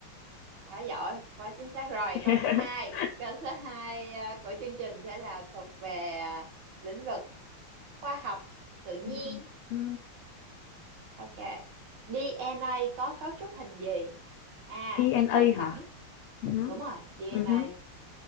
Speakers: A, on the right; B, on the left.
A: quá giỏi quá chính xác rồi
B: <laughs>
A: câu số 2, câu số hai ờ, của chương trình sẽ là thuộc về à, lĩnh vực khoa học tự nhiên
B: Ừ, ừ,
A: ok DNA có cấu trúc hình gì A
B: DNA
A: chuỗi thẳng
B: hả ừ hứ,
A: đúng rồi DNA
B: ừ hứ,